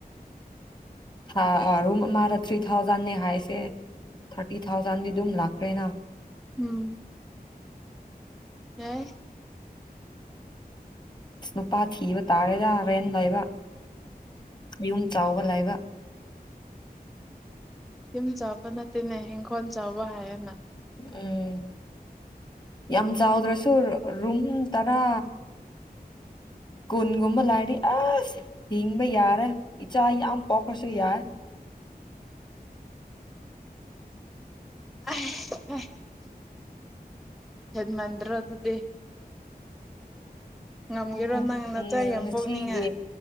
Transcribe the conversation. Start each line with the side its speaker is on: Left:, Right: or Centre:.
Left: ꯍꯥꯔ ꯃꯥꯔ ꯊ꯭ꯔꯤ ꯊꯥꯎꯖꯟꯅꯦ ꯍꯥꯏ ꯊꯔꯇꯤ ꯊꯥꯎꯖꯟꯗꯤ ꯑꯗꯨꯝ ꯂꯥꯛꯈ꯭ꯔꯦꯅ
Centre: ꯎꯝ ꯑ
Left: ꯁꯅꯨꯄꯥ ꯊꯤꯕ ꯇꯥꯔꯦꯗꯔꯦꯟꯂꯕ ꯏꯟ ꯆꯥꯎꯕ ꯂꯥꯏꯕ
Centre: ꯌꯨꯝ ꯆꯥꯕ ꯅꯠꯇꯦꯅꯦ ꯏꯤꯡꯈꯣꯜ ꯆꯥꯕ ꯍꯥꯏꯌꯦꯅ
Left: ꯎꯝ ꯌꯥꯝ ꯆꯥꯎꯗ꯭ꯔꯁꯨ ꯔꯨꯝ ꯇꯔꯥ ꯀꯨꯟꯒꯨꯝꯕ ꯂꯩꯔꯗꯤ ꯑꯁ ꯍꯤꯡꯕ ꯌꯥꯔꯦ ꯏꯆꯥ ꯌꯥꯝ ꯄꯣꯛꯈ꯭ꯔꯁꯨ ꯌꯥꯏ
Centre: ꯑ ꯍꯗꯃꯟ꯭ꯔ ꯑꯗꯨꯗꯤ ꯉꯝꯒꯦꯔꯣ
Left: ꯑꯣ
Centre: ꯅꯪ ꯅꯆꯥ
Left: ꯎꯝ
Centre: ꯌꯥꯝ
Left: ꯉꯁꯤꯒꯤ
Centre: ꯄꯣꯛꯅꯤꯡꯉꯥꯏ